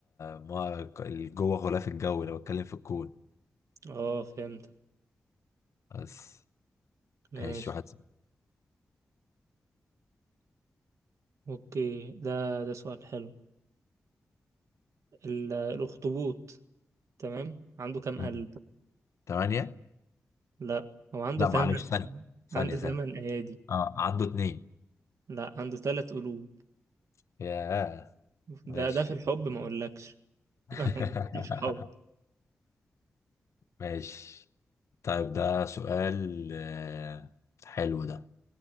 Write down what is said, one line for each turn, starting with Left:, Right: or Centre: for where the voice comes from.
Left: ما ال- جوه غلاف الجو انا بتكلم في الكون
Right: اه فهمت
Left: بس
Right: ماشي
Left: ماشي واحد
Right: اوكي ده ده سؤال حلو ال- الأخطبوط تمام عنده كام
Left: أمم.
Right: قلب
Left: تمانية
Right: لا هو عنده
Left: لا
Right: تمن
Left: معلش ثانية ثانية
Right: عنده
Left: ثانية
Right: تمن أيادي
Left: اه عنده اتنين
Right: لا عنده تلات قلوب
Left: ياه ماشي
Right: ده ده في الحب ما أقولكش
Left: <laughs>
Right: <laughs> ما أقولكش حب
Left: ماشي طيب ده سؤال آه، حلو ده